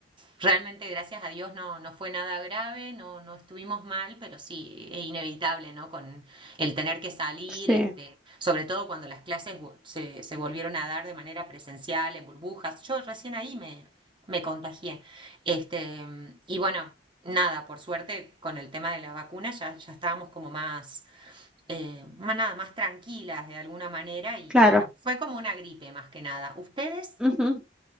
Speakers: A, on the right; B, in the centre.
A: Realmente, gracias a Dios, no, no fue nada grave, no, no estuvimos mal, pero sí, es inevitable, ¿no? Con el tener que salir,
B: Sí,
A: este, sobre todo cuando las clases vol- se, se volvieron a dar de manera presencial, en burbujas. Yo recién ahí me, me contagié. Este, y bueno nada, por suerte, con el tema de la vacuna ya, ya estábamos como más, eh, más nada, más tranquilas de alguna manera y,
B: claro.
A: y bueno, fue como una gripe más que nada. ¿Ustedes?
B: ujú.